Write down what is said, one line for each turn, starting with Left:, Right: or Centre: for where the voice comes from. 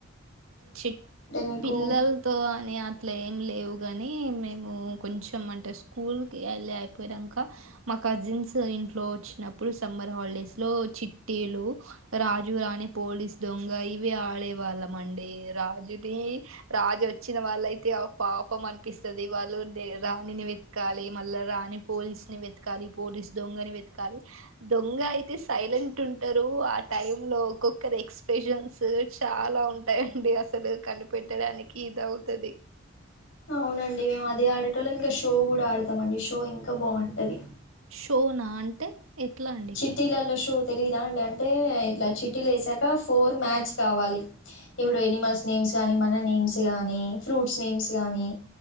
Right: చిట్
Left: మీకు
Right: పిల్లల్తో అని అట్లా ఏం లేవు గానీ మేము కొంచెం అంటే స్కూల్ కి ఎళ్ళి అయిపోయినంకా మా కజిన్స్ ఇన్ ఇంట్లో ఒచ్చినప్పుడు సమ్మర్ హాలిడేస్ లో చిట్టీలు రాజు రాణి పోలీస్ దొంగ ఇవి ఆడేవాళ్ళమండి రాజుని రాజు ఒచ్చినవాళ్ళైతే అ పాపం అనిపిస్తది వాళ్ళు దే రాణిని వెత్కాలి మళ్ళా రాణి పోలీస్ ని వెత్కాలి పోలీ స్ దొంగని వెత్కాలి దొంగై తీస్ సైలెంట్ ఉంటారు ఆ టైమ్ లో ఒక్కొక్కరు ఎక్స్ప్రెషన్స్ చాలా ఉంటా దే అయండి అసలు కనిపెట్టడానికి ఇది అవుతుది
Left: అవునండి మేము అదే ఆడేటోళ్ళం ఇంకా షో కూడా ఆడతామండి. షో ఇంకా బావుంటది.
Right: షోనా అంటే ఎట్లా అండి
Left: చిట్టీ లళ్ళో షోస్ తెలిదా అండి అంటే ఇట్లా చిట్టీలు ఏసాక ఫోర్ మ్యాచ్ కావాలి ఇప్పుడు ఎనిమల్స్ నేమ్స్ స్ కానీ మన నేమ్స్ కానీ ఫ్రూట్స్ నేమ్స్ కానీ